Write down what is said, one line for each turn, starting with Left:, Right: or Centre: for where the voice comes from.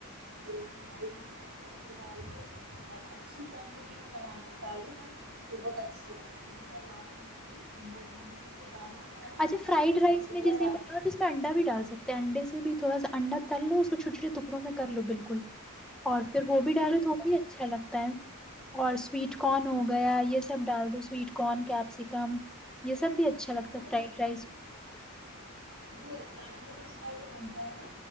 Right: ج بھی مس کر پ آ گ اور اچھی کوانٹٹی میں ٹماٹر ڈالو نا تو بہت اچھی ہوگی ہے کا لال مونگ پھلی کے دانے کھانے
Centre: اچھا
Right: ہیں تو
Centre: فرائڈ
Right: جب اپن
Centre: رائس
Right: زیرہ
Centre: میں جیسے
Right: ڈال
Centre: بنا ہو تو اس میں انڈا بھی ڈال سکتے ہیں انڈے سے بھی تو بس انڈا تر لو اس کو چھوٹے چھوے ٹکڑوں میں کر لو بالکل اور پھر وہ بھی ڈالو تو وہ بھی اچھا لگتا ہے اور سویٹ کن
Right: اچھا
Centre: ہو گیا
Right: نہیں
Centre: یہ سب ڈال دو سویٹ کن کیپسیکم یہ سب بھی اچھا لگتا ہے
Right: خ
Centre: فرائڈ رائس
Right: جو چ چ بنتا ہے نا